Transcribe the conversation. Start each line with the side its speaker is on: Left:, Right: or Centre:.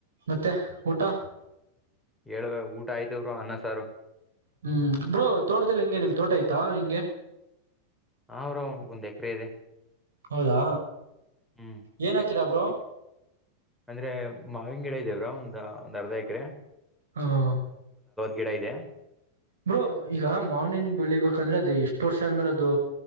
Right: ಮತ್ತೆ ಊಟಾ.
Centre: ಹೇಳಳ್ಬೇಕ ಊಟ ಆಯ್ತವರು ಅನ್ನಸಾರು.
Right: ಹ್ಮ್ ಬ್ರೋ ತೋಟದಲ್ಲಿ ಹೆಂಗೆ ನಿಮ್ ತೋಟ ಐತ್ಯಾ ಹೆಂಗೆ.
Centre: ಹಾ ಬ್ರೋ ಒಂದ್ ಎಕರೆ ಇದೆ.
Right: ಹೌದಾ.
Centre: ಹ್ಮ್
Right: ಏನ ಹಾ. ರಾ ಬ್ರೋ.
Centre: ಅಂದ್ರೆ ಮಾವಿನ ಗಿಡ ಇದೇ ಬ್ರೋ ಒಂದ ಒಂದ್ ಅರ್ಧ ಎಕರೆೆ.
Right: ಹ್ಮ.
Centre: ಗಿಡ ಇದೆ.
Right: ಬ್ರೋ ಈಗ ಮಾವನಿನ ಬೆಳಿಬೇಕಂದ್ರೆ ಅದೇ ಎಷ್ಟು. ತೋರ್ಸ ಆದ್ಮೇಲೆ ಅದು